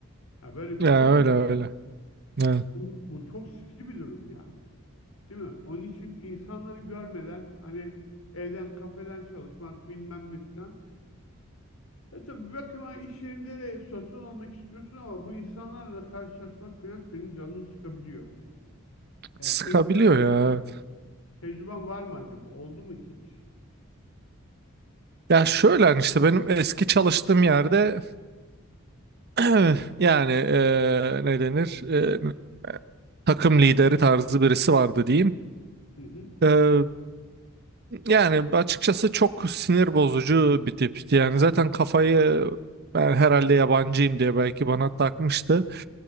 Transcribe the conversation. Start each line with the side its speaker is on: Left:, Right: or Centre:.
Left: Ha böyle
Right: ya
Left: bir sorun
Right: öyle
Left: var.
Right: öyle. Evet.
Left: Bu, bu çok sıkıcı bir durum ya. Değil mi? Onun için insanları görmeden hani evden kafeden çalışmak bilmem ne filan. E tabii bir bakıma iş yerinde de sosyal olmak istiyorsun ama bu insanlarla karşılaşmak filan senin canını sıkabiliyor. Yani
Right: Sıkabiliyor
Left: senin böyle
Right: ya.
Left: bir
Right: evet.
Left: tecrüben var mı acaba? Oldu mu hiç?
Right: Ya şöyle hani işte benim eski çalıştığım yerde <clears throat> Yani eee ne denir? Eee, takım lideri tarzı birisi vardı diyeyim.
Left: Hı hı.
Right: Eee, yani açıkçası çok sinir bozucu bir tipti. Yani zaten kafayı ben herhalde yabancıyım diye belki bana takmıştı.